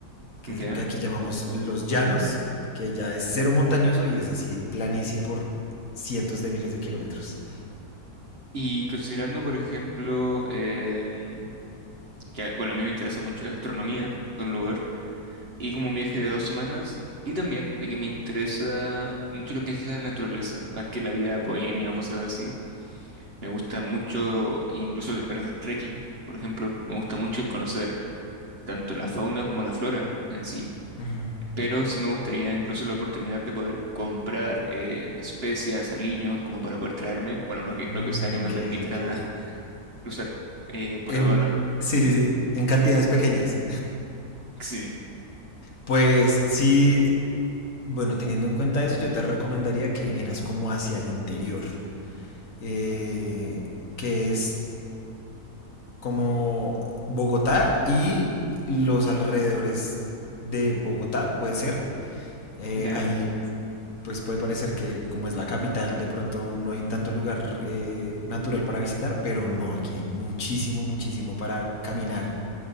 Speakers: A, on the left (about 60°); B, on the right (about 45°).
A: que
B: ya.
A: es lo que aquí llamamos los llanos, que ya es cero montañoso y es así planicie por cientos de miles de kilómetros.
B: Y considerando, por ejemplo, em, que, bueno, a mí me interesa mucho la gastronomía de un lugar, y como un viaje de dos semanas, y también de que me interesa mucho lo que es la naturaleza, más que la vida bohemia o cosas así. Me gusta mucho incluso el el hacer trekking, por ejemplo. Me gusta mucho el conocer tanto la fauna como la flora en sí.
A: Ujú.
B: Pero sí me gustaría incluso la oportunidad de poder comprar eh, especias, aliños, como para poder traerme, bueno, lo que,
A: Mm,
B: lo que sea que me
A: ok,
B: permita
A: ok.
B: <laughs> cruzar eh, por
A: En,
B: aduana.
A: sí, sí, sí, en cantidades pequeñas.
B: Sí.
A: Pues sí, bueno, teniendo en cuenta eso, yo te recomendaría que vinieras como hacia el interior, eh, que es como Bogotá y los alrededores de Bogotá, puede ser. Eh,
B: ¿Ya?
A: ahí pues puede parecer que como es la capital, de pronto no hay tanto lugar eh, natural para visitar, pero no, aquí hay muchísimo, muchísimo para caminar